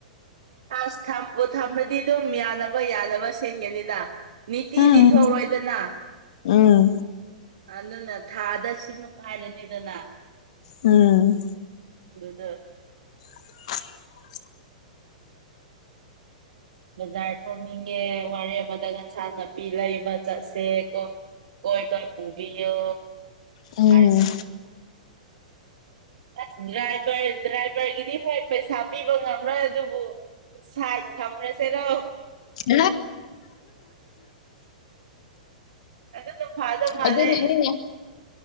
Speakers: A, on the right; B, on the left.
A: ꯑꯁ ꯊꯝꯕꯨ ꯊꯝꯔꯗꯤ ꯑꯗꯨꯝ ꯌꯥꯅꯕ ꯌꯥꯅꯕ ꯁꯤꯟꯒꯅꯤꯗ ꯅꯤꯇꯤ
B: ꯎꯝ
A: ꯗꯤ ꯊꯧꯔꯣꯏꯗꯅ
B: ꯎꯝ
A: ꯑꯗꯨꯅ ꯊꯥꯗ ꯁꯤꯃꯨꯛ ꯍꯥꯏꯔꯅꯤꯗꯅ
B: ꯎꯝ
A: ꯑꯗꯨꯗ
B: <unintelligible>
A: ꯕꯖꯥꯔ ꯊꯣꯛꯅꯤꯡꯉꯦ ꯋꯥꯔꯦ ꯑꯃꯗ ꯑꯦꯟꯁꯥꯡ ꯅꯥꯄꯤ ꯂꯩꯕ ꯆꯠꯁꯦꯀꯣ ꯀꯣꯏꯕ ꯄꯨꯕꯤꯌꯣ
B: ꯎꯝ
A: ꯍꯥꯏꯕ ꯑꯁ ꯗ꯭ꯔꯥꯏꯚꯔ ꯗ꯭ꯔꯥꯏꯚꯔꯒꯤꯗꯤ ꯍꯣꯏ ꯄꯩꯁꯥ ꯄꯤꯕ ꯉꯝꯔꯣꯏ ꯑꯗꯨꯕꯨ ꯁꯥꯏꯠ ꯊꯝꯔꯁꯦꯔꯣ
B: <unintelligible>
A: ꯑꯗꯨꯅ ꯐꯥꯗꯧ ꯃꯥꯜꯂꯦ
B: ꯑꯗꯨꯅꯅꯤꯅꯦ